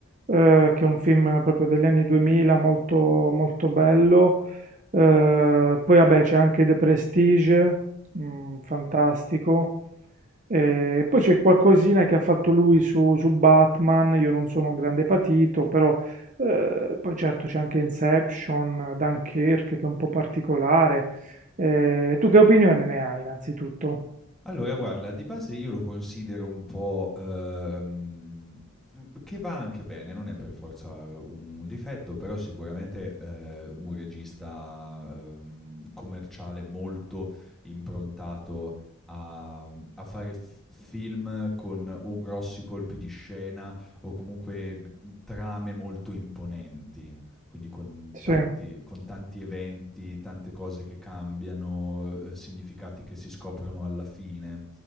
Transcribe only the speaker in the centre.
Allora guarda, di base io lo considero un po', ehm, mhmm, che va anche bene, non è per forza un difetto, però sicuramente, ehm, un regista, ehm, commerciale molto improntato a mhmm, a fare f film con o grossi colpi di scena o comunque g trame molto imponenti quindi con
tanti, con tanti eventi, tante cose che cambiano, eh, significati che si scoprono alla fine